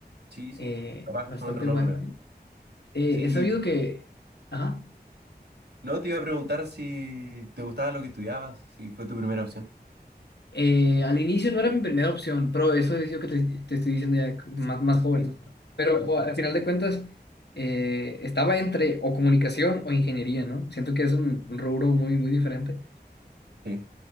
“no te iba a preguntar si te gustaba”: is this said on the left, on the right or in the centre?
Right